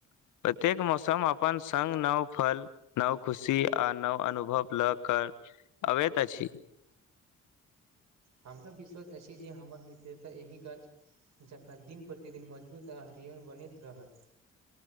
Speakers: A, on the left (about 80°); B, on the right (about 60°).
A: प्रत्येक मौसम अपन संग नव फल नव खुशी, आ नव अनुभव लऽ के अबैत अछि।
B: हमरा विश्वास अछि जे हमर मित्रता एहि गाछ- जकरा दिन प्रतिदिन मजबूत आ हरिहर बनैत रहत।